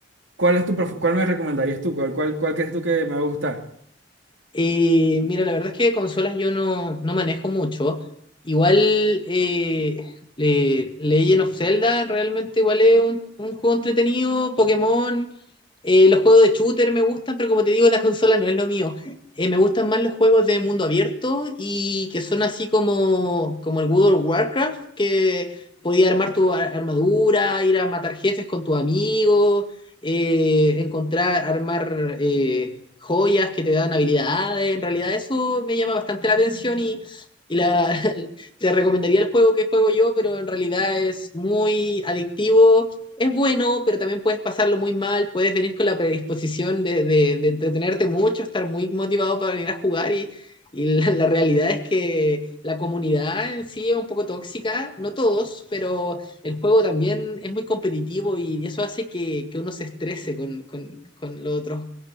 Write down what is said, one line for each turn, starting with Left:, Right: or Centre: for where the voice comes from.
Right: ¿Cuál es tu, pref- cuál me recomendarías tú? ¿Cuál, cuál, cuál crees tú que me va a gustar?
Left: Eh, mira, la verdad es que consolas yo no, no manejo mucho. Igual eh, le- Legend of Zelda realmente igual es un, un juego entretenido. Pokémon, eh, los juegos de shooter me gustan, pero como te digo, la <laughs> consola no es lo mío. Eh, me gustan más los juegos de mundo abierto y que son así como, como el World of Warcraft, que podías armar tu ar- armadura, ir a matar jefes con tu amigo, eh, encontrar, armar... eh, joyas, que te dan habilidades. En realidad eso me llama bastante la atención y, y la, <laughs> te recomendaría el juego que juego yo, pero en realidad es muy adictivo. Es bueno, pero también puedes pasarlo muy mal, puedes venir con la predisposición de, de- de entretenerte mucho, estar muy motivado para venir a jugar y, y <laughs> la, la realidad es que la comunidad en sí es un poco tóxica, no todos, pero el juego también es muy competitivo y eso hace que, que uno se estrese con, con, con los otros,